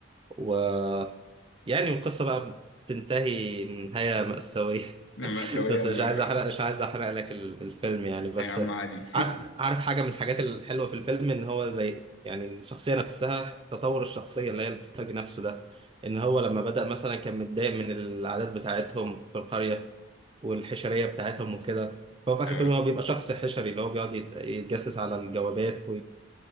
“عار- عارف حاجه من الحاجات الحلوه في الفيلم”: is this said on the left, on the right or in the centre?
Right